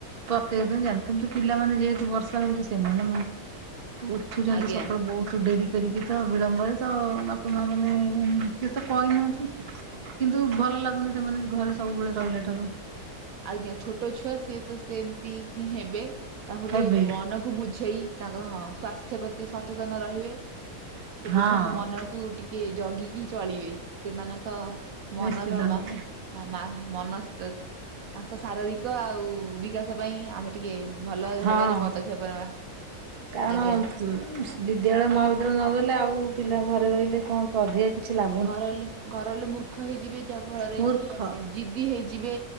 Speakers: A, on the right (about 45°); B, on the right (about 70°).
A: ପ୍ରତେକ ଦିନ ଯାଆନ୍ତି କିନ୍ତୁ ପିଲାମାନେ ଯେହେତୁ ବର୍ଷା ହଉଛି ସେମାନେ ଉଠୁଛନ୍ତି
B: ଆଜ୍ଞା
A: ସକାଳୁ ବୋହୁତ୍ ଡେରି କରିକି। ତ ବିଳମ୍ବରେ ତ ବାପା ମା ମାନେ କିଛି ତ କହିନାହାନ୍ତି। କିନ୍ତୁ ଭଲ ଲାଗୁନି ସେମାନେ ଘରେ ସବୁବେଳେ ରହିଲା ଠାରୁ।
B: ଆଜ୍ଞା ଛୋଟ ଛୁଆ ସିଏ ତ ସେମିତି ହିଁ ହେବେ ତାଙ୍କୁ
A: ହେବେ
B: ଟିକେ ମନ କୁ ବୁଝେଇ ତାଙ୍କ ହଁ ସ୍ଵାସ୍ଥ୍ୟ ପ୍ରତି ସଚେତନ ରହିବେ। ଛୋଟ
A: ହଁ।
B: ଛୁଆଙ୍କ ମନ କୁ ଟିକେ ଜଗିକି ଚଳିବେ, ସେମାନଙ୍କ ମନର
A: ନିଶ୍ଚିତ ଭାବରେ।
B: ମା ହଁ ମା ମନସ୍ ତାଙ୍କ ଶାରୀରିକ ଆଉ ବିକାଶ ପାଇଁ ଆମେ ଟିକେ ଭଲ
A: ହଁ
B: ଭାବରେ ପଦକ୍ଷେପ ନେବା।
A: କାରଣ
B: ଆଜ୍ଞା
A: ବିଦ୍ୟାଳୟ ମହାବିଦ୍ୟାଳୟ ନ ଗଲେ ଆଉ ପିଲା ଘରେ ରହିଲେ କଣ ତ ଅଧିକ କିଛି ଲା
B: ଘରେ ରହିଲେ, ଘରେ ରହିଲେ ମୂର୍ଖ ହେଇଯିବେ। ଯା ଫଳରେ
A: ମୂର୍ଖ
B: ଜିଦି ହେଇଯିବେ,